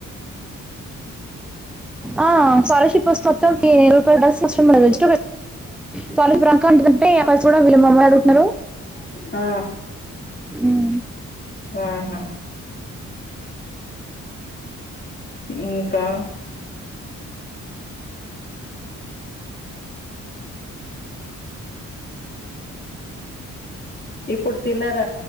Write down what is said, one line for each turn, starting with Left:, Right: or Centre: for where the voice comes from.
Centre: ఆ స్కాలర్షిప్ వస్తే మొత్తం ఫి రూపాయి <unintelligible> స్కాలర్షిప్ రాకంటిది అంటే ఆ పైస కూడా వీళ్లు మమ్మల్నే అడుగుతున్నారు
Left: ఆ
Centre: ఉమ్
Left: ఆహా ఇంకా ఇప్పుడు తిన్నార